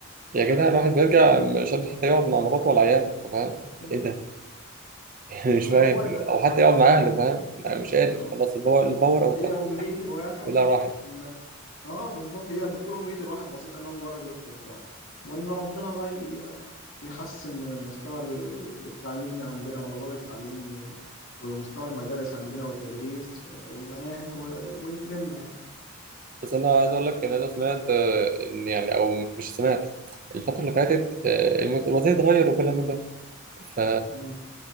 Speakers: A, on the right; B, on the left.
A: يا جدع
B: ف
A: الواحد بيرجع مش قادر حتى يقعد مع مراته ولا عياله انت فاهم
B: مم.
A: ايه ده <laughs> يعني
B: فهو
A: مش فاهم
B: ده
A: او حتى يقعد مع
B: اه
A: اهله فاهم أنا مش قادر
B: اه
A: خلاص الباور الباور
B: فهي
A: او الطاقه
B: امنيه الواحد
A: كلها راحت
B: ان اه بالظبط هي بتكون امنيه الواحد بسيطه ان هو مجرد يروح يرتاح وان ربنا بقى ي- يحسن من المستوى التعليمي عندنا والنظام التعليمي وال- ومستوى المدارس عندنا والتدريس و- والمناهج و- ويكرمنا يعني
A: بس انا عايز اقول لك ان انا سمعت آه، ان يعني او مش سمعت الفتره اللي فاتت آه، الم- الوضع اتغير وكل من ده ف...
B: مم.